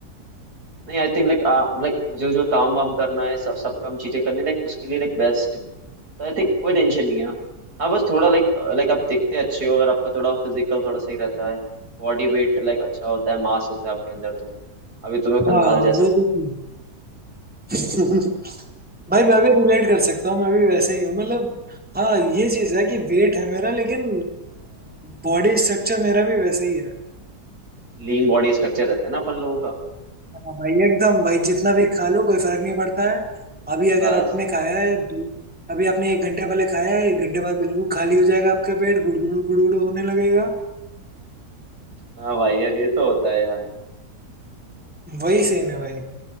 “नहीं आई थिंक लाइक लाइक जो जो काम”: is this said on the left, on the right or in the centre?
Right